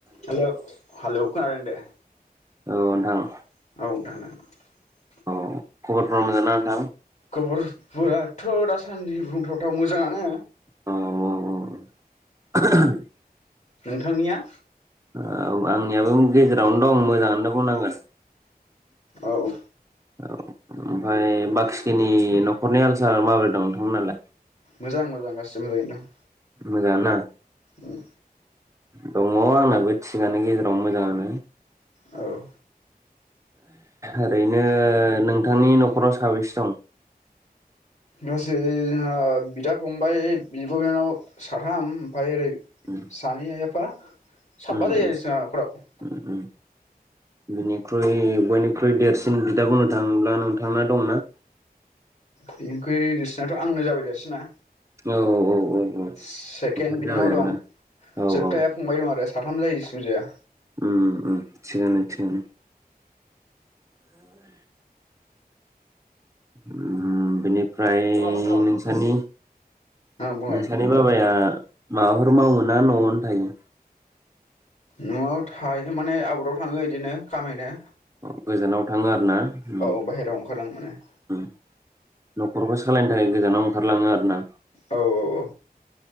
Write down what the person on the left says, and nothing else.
Hello हालौ खोनादों दे।
<unintelligible>
दबरस फोराआथ दासान्दि बुंथावथाव मोजाङानो
नोंथांनिया?
औ।
मोजां मोजां गासिबो मोजाङैनो दं।
ओम।
औ।
गासै जोंहा बिदा फंबाय बिब' बिनानाव साथाम ओमफाय ओरै
सानै आइ आफा सबबा
जायो आरो जोना नखराव
बिनिख्रुइ देरसिनाथ' आंनो जाबाय देरसिना
से-सेकेनड
बिनानाव
दं
जोबथाया
फंबाय दं आरो साथाम जायो <unintelligible> जाया
ओं
बुंलाय
न'आव थायो माने आउटाव थाङो बिदिनो खामायनो।
औ <unintelligible> माने
औ औ औ